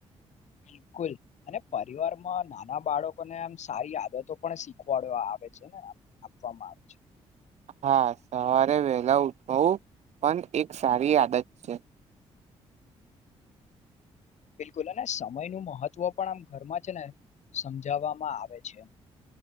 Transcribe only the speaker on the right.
હા સવારે વેલા ઉઠું પણ એક સારી આદત છે